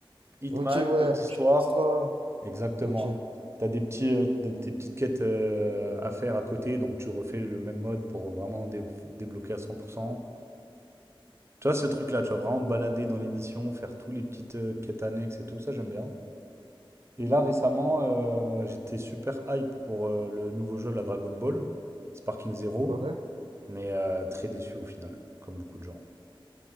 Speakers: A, on the right; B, on the right.
A: Hitman,
B: Ok, ouais,
A: mode
B: avec
A: histoire.
B: une histoire.
A: Exactement.
B: Ok.
A: T'as des petits, euh, des- des petites quêtes euh, à faire à côté, donc tu refais le même mode pour vraiment dé- débloquer à 100%. Tu vois, ce truc-là, tu vas vraiment me balader dans les missions, faire tous les petites euh, quêtes annexes et tout, ça j'aime bien. Et là, récemment, euh, j'étais super hype pour euh, le nouveau jeu, la Dragon Ball, Sparking Zero.
B: Ouais.
A: Mais euh, très déçu au final, comme beaucoup de gens.